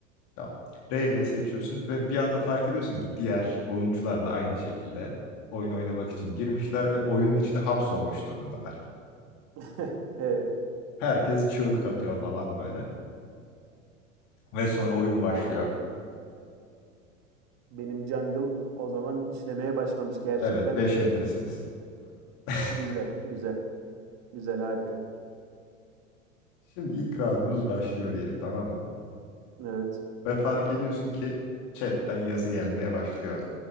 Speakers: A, on the left; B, on the right.
A: Tamam. Reyna'yı seçiyorsun ve bir anda fark ediyorsun ki diğer oyuncular da aynı şekilde oyun oynamak için girmişler ve oyunun içine hapsolmuş durumdalar.
B: <laughs> E,
A: Herkes çığlık atıyor falan böyle ve sonra oyun başlıyor.
B: tamam. Benim jungle o zaman işlemeye başlamış gerçekten.
A: Evet, 5 entresiniz. <laughs>
B: Güzel, güzel. Güzel, harika.
A: Şimdi ilk roundunuz başlıyor diyelim tamam mı?
B: Evet.
A: Ve fark ediyorsun ki chatten yazı gelmeye başlıyor.